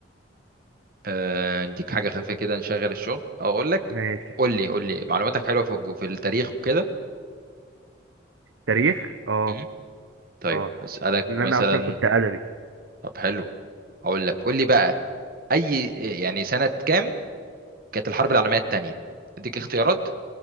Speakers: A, on the right (about 50°); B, on the right (about 80°).
A: آه، اديك حاجة خفيفة كده نشغل الشغل او اقول لك
B: ماشي.
A: قول لي قول لي معلوماتك حلوة في الجو- في التاريخ وكده
B: تاريخ اه
A: مم. طيب
B: اه
A: اسألك
B: ان
A: مثلا
B: انا اصلا كنت ادبي
A: طب حلو اقول لك قول لي بقى اي يعني سنة كام كانت الحرب العالمية التانية اديك اختيارات